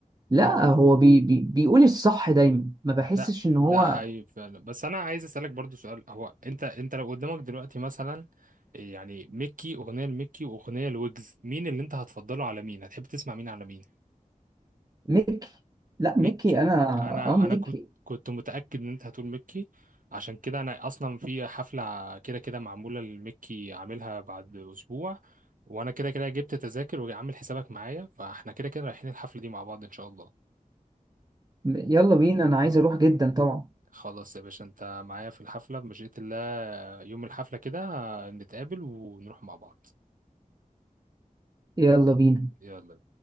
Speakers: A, on the right; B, on the right.
A: لا هو بي بي بيقول الصح دايما ما بحسش
B: لا
A: ان هو
B: ده حقيقي فعلا بس انا عايز اسالك برضو سؤال هو انت انت لو قدامك دلوقتي مثلا يعني ميكي اغنيه لميكي واغنيه لويجز مين اللي انت هتفضله على مين هتحب تسمع مين على مين
A: ميكي لا
B: ميكي
A: ميكي انا
B: انا
A: اه ميكي
B: انا كنت كنت متاكد ان انت هتقول ميكي عشان كده انا اصلا في حفله كده كده معموله لميكي عاملها بعد اسبوع وانا كده كده جبت تذاكر وعامل حسابك معايا فاحنا كده كده رايحين الحفله دي مع بعض ان شاء الله
A: يلا بينا انا عايز اروح جدا طبعا
B: خلاص يا باشا انت معايا في الحفلة بمشيئة الله يوم الحفلة كده نتقابل ونروح مع بعض
A: يلا بينا
B: يلا